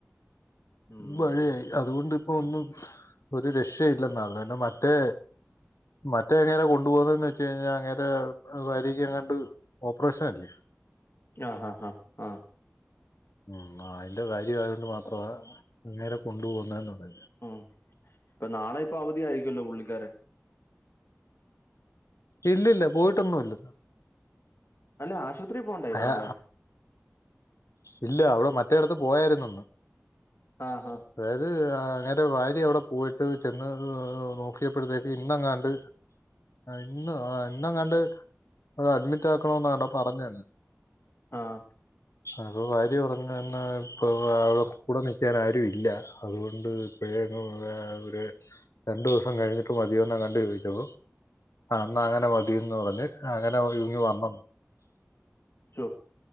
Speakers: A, on the left (about 50°); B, on the left (about 80°).
A: ഉം
B: മഴയായി അതുകൊണ്ട് ഇപ്പോ ഒന്നും ഒരു രക്ഷ്യ ഇല്ലെന്നാ മറ്റേ. മറ്റേ അങ്ങേരെ കൊണ്ടു പോകുന്നു, എന്ന് വെച്ച് കഴിഞ്ഞാൽ അങ്ങേരെ ഭാര്യക്ക് എങ്ങാണ്ട്, ഓപ്പറേഷൻ അല്ലെ.
A: ആഹ ഹാ ഹാ ഹ.
B: മം ആയിന്റെ ഭാര്യ ആയതുകൊണ്ട്‌ മാത്രമാ അങ്ങരെ കൊണ്ടുപോകുന്നത് എന്ന് പറയുന്നെ.
A: ഉം പ്പൊ നാളെ ഇപ്പൊ അവധിയാ യിരിക്കുല്ലോ പുള്ളിക്കാരൻ.
B: ഇല്ലില്ല പോയിട്ടൊന്നുമില്ല.
A: അല്ല. ആശുപത്രി പോണ്ടേ
B: അയാ
A: നാളെ?
B: ഇല്ല അവള് മറ്റേ ഇടത്ത് പോയായിരുന്നന്ന്.
A: ആഹ് ഹാ.
B: അതായത് അങ്ങേരെ ഭാര്യ അവിടെ പോയിട്ട് ചെന്ന് നോക്കിയപ്പോഴത്തേക്ക്, ഇന്നങ്ങാണ്ട് ഇന്നോ ഇന്നങ്ങാണ്ട് അവടെ അഡ്മിറ്റ് ആക്കണോന്ന്ങ്ങണ്ടാ പറഞാർന്നു.
A: ആ.
B: അപ്പോ ഭാര്യ പറഞ്ഞു എന്നെ ഇപ്പോ കൂടെ നിൽക്കാൻ ആരുമില്ല, അത് കൊണ്ട് ഏ ഒരു രണ്ടു ദിവസം കഴിഞ്ഞിട്ട് മതിയോ എന്ന കണ്ട് ചോയിച്ചപ്പോ, അന്നാ അങ്ങനെ മതിന്ന് പറഞ്ഞ് അങ്ങനെ ഒരുങ്ങി വന്നന്ന്.
A: ചോ